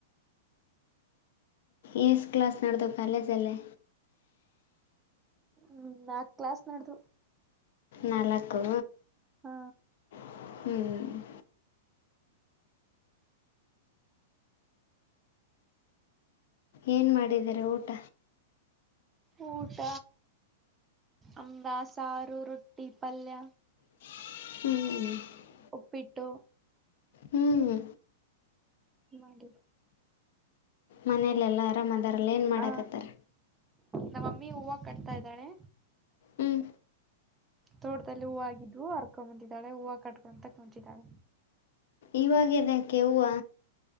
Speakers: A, on the left; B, on the right.
A: ಇಸ್ ಕ್ಲಾಸ್ ನಡೆದ ಕಲೇಜ ಅಲ್ಲೇ
B: ಹ್ಮ್ ನಾಕ್ ಕ್ಲಾಸ್ ನಡ್ದ
A: ನಾಲ್ಕು
B: ಹಾ
A: ಹ್ಮ್ ಏನು ಮಾಡಿದ್ದೀರ ಊಟ
B: ಊಟ ಅಂಬ ಸಾರು ರೊಟ್ಟಿ ಪಲ್ಯ
A: ಹ್ಮ್
B: ಒಪ್ಪಿಟ್ಟು
A: ಹ್ಮ್ ಹ್ಮ್
B: ಮಾಡಿ
A: ಮನೇಲೆೆಲ್ಲಾ ಆರಾಮ್ ಅದಾರಲ್ಲ ಏನ್ ಮಾಡಾಕತ್ತಾರ
B: ಹ ನಮ್ಮಮ್ಮಿ ಹೂವ ಕಟ್ತಾ ಇದ್ದಾಳೆ
A: ಹ್ಞೂ
B: ತೋಟದಲ್ಲಿ ಹೂ ಆಗಿದ್ವು ಅರ್ಕೊಂಬಂದಿದ್ದಾಳೆ ಹೂವು ಕಟ್ಕೊಂತ ಕುಂಂತಿದ್ದಾಳೆ
A: ಇವಾಗದಕ್ಕೆ ಹೂವು